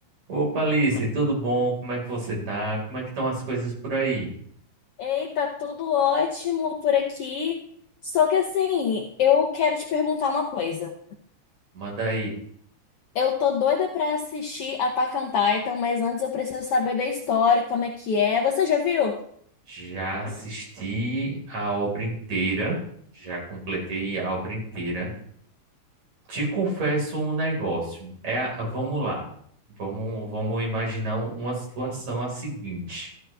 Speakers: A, on the right; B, on the left.
A: Opa, Alice, tudo bom? Como é que você tá? Como é que estão as coisas por aí?
B: Ei, tá tudo ótimo por aqui. Só que assim, eu quero te perguntar uma coisa.
A: Manda aí.
B: Eu tô doida pra assistir Attack on Titan, mas antes eu preciso saber da história, como é que é. Você já viu?
A: Já assisti a obra inteira, já completei a obra inteira. Te confesso um negócio. É, a- vamos lá. Vamos, vamos imaginar uma situação a seguinte.